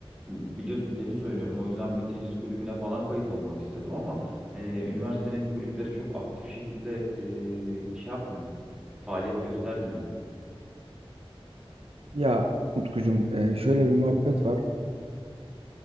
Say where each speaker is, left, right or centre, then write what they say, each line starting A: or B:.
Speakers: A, in the centre; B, on the right.
A: biliyorsun tenis oynuyorum. O yüzden bir tenis kulübüne falan kayıt olmak istedim ama e, üniversitenin kulüpleri çok aktif şekilde e, şey yapmıyor. Faaliyet göstermiyor.
B: Ya Utkucuğum e, şöyle bir muhabbet var.